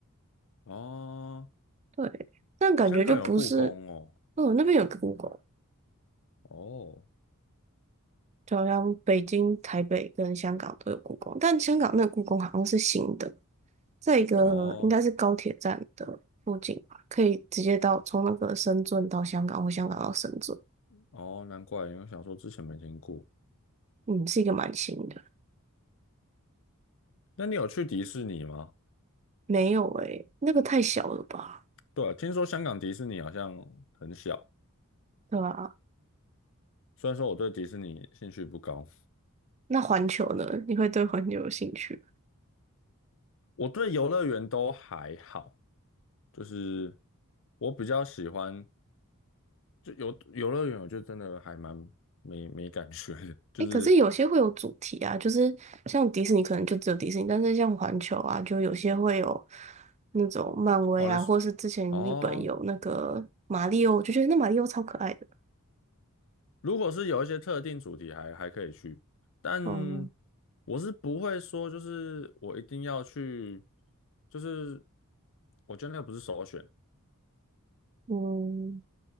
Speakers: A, on the left (about 60°); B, on the right (about 30°).
A: 哦，
B: 对，但感觉就不是，
A: 香港有故宫哦，
B: 哦，那边有个故宫。
A: 哦
B: 就好像北京、台北跟香港都有故宫，但香港那个故宫好像是新的，在一个应该是高铁站的附近吧，
A: 哦
B: 可以直接到从那个深圳到香港或香港到深圳，
A: 哦，难怪，因为想说之前没听过。
B: 嗯，是一个蛮新的。
A: 那你有去迪士尼吗？
B: 没有诶、那个太小了吧？
A: 对啊，听说香港迪士尼好像很小。
B: 对吧？
A: 虽然说我对迪士尼兴趣不高，
B: 那环球呢？你会对环球有兴趣？
A: 我对游乐园都还好，就是我比较喜欢就游游乐园，我就真的还蛮没没感觉的，就是
B: 诶，可是有些会有主题啊，就是像迪士尼可能就只有迪士尼，但是像环球啊，就有些会有那种漫威啊，
A: 哦，你 n
B: 或是之前日本有那个马里奥，
A: 哦，
B: 我就觉得那马里奥超可爱的。
A: 如果是有一些特定主题还还可以去，但
B: 嗯
A: 我是不会说就是我一定要去，就是我觉得那个不是首选。
B: 嗯